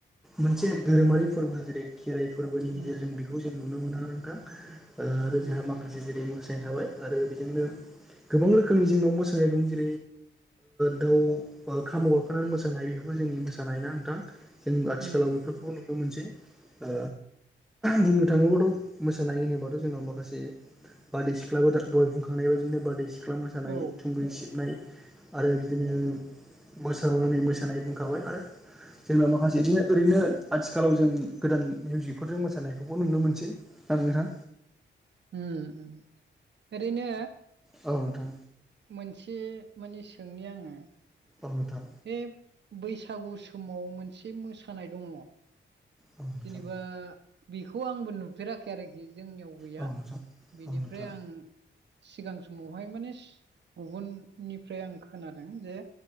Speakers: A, in the centre; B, on the right.
A: मोनसे धोरोमारि फोरबो जेरै खेराइ फोरबोनि गेजेरजों
B: उम
A: बेखौ जों नुनो मोना नोंथां ओ आरो
B: उम
A: जोंहा माखासे जेरै मोसा नाय थाबाय आरो बेजोंनो गोबां रोखोमनि जोंनाव मोसानाय दं। जेरै ओ दाउ ओ खामाव गाखोनानै मोसानाय बेफोबो जोंनि मोसानायना नोंथां। जों आथिखालाव
B: उम
A: बेफोरखौबो नुनो मोनसै ओ बुंनो थाङोबाथ' मोसानाय होनोबाथ' जोंनाव माखासे बारदै सिख्लाबो दा दहाय बुंखांनाय बा बिदिनो बारदै सिख्ला मोसानाय
B: औ
A: थुंग्रि सिब नाय आरो बिदिनो मोसाग्लांनाय मोसानाय बुंखाबाय आरो। जोंनााव माखासे बिदिनो ओरैनो आथिखालाव जों गोदान मिउजिकफोरजों मोसानायखौबो नुनो मोनसै। ना नोंथां
B: उम उम ओरैनो
A: औ नोंथां
B: मोनसे मानि सोंनि आङो
A: औ नोथां
B: बे बैसागु समाव मोनसे मोसानाय दङ
A: औ नोंथां
B: जेनेबा बेखौ आंबो नुफेराखै आरोखि जोंनियाव गैया
A: औ नोंथां
B: बिनिफ्राय
A: औ नोंथां
B: आं सिगां समावहाय माने गुबुननिफ्राय आं खोनादों जे